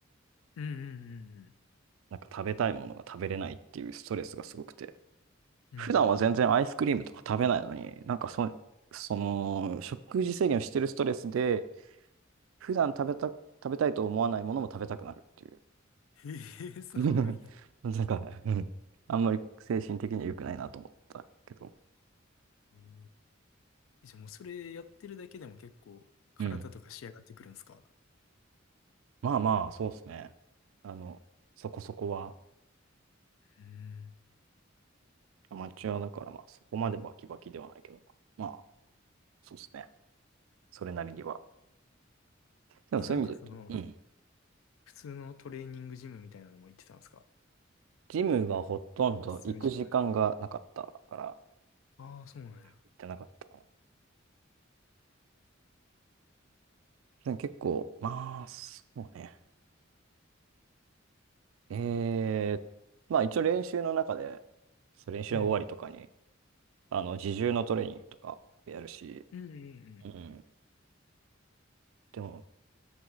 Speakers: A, on the left (about 80°); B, on the right (about 80°).
A: うんうん
B: なんか食べたいものが食べれないっていうストレスがすごくて、
A: うんうん。
B: 普段は全然アイスクリームとか食べないのに、
A: うんう
B: なんかそ、その、食事制限をしてるストレスで、普段食べた、食べたいと思わないものも食べたくなるっていう。
A: ん。へえ、そうなんや。
B: <laughs> なんか、うんあんまり精神的には良くないなと思ったけど。
A: ええじゃあもうそれやってるだけでも結構体とか仕上がってくるんですか
B: うん。まあまあ、そうですね。あの、そこそこは。
A: うん。
B: アマチュアだから、まあ、そこまでバキバキではないけど、まあ、そうですね。それなりには。でもそういう意味で言うと、
A: え、なんかその、
B: うん。
A: 普通のトレーニングジムみたいなのも行ってたんですか
B: ジムがほとんど行く時間がなかったから、
A: マッスルジム。ああ、そうなんや。
B: 行ってなかったかな。でも結構、まあ、そうね。えー、まあ一応練習の中で、そう練習の終わりとかに、
A: うん。
B: あの、自重のトレーニングとかやるし、
A: うんうんう
B: うん。でも、